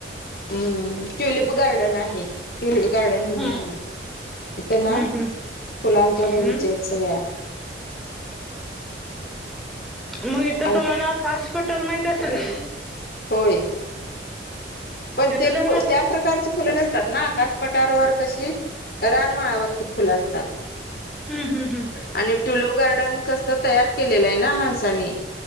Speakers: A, on the left; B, in the centre.
A: अं. ट्युलिप गार्डन आहे. ट्युलिप गार्डन म्हणून
B: हम्म
A: आहे. तिथं ना
B: हम्म हम्म
A: फुलांचा बगीचा
B: हम्म
A: आहेत सगळा.
B: मग इथ
A: आणि
B: तुम्हाला कास पठार माहित असेलच ना?
A: होय. पण
B: की तिथं
A: ते,
B: जाऊन आलाय
A: त्या
B: का
A: प्रकारची फुलं नसतात ना? कास पठारवर कशी? रानमाळावरची फुलं असतात.
B: हम्म हम्म हम्म
A: आणि- ट्युलिप गार्डन कस तयार केलेलं आहे ना माणसानी?